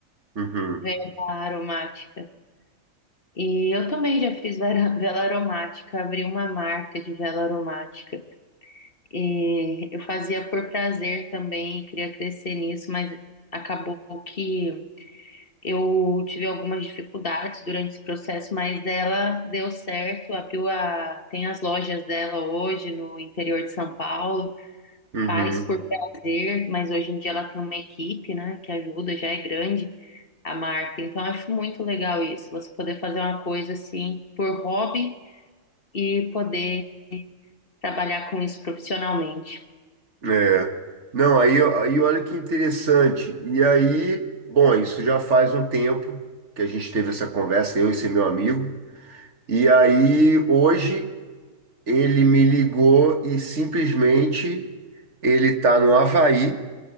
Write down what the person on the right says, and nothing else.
uhum,
uhum.
É. Não, aí, aí olha que interessante. E aí, bom, isso já faz um tempo que a gente teve essa conversa, eu e esse meu amigo. E aí, hoje, ele me ligou e simplesmente ele tá no Havaí,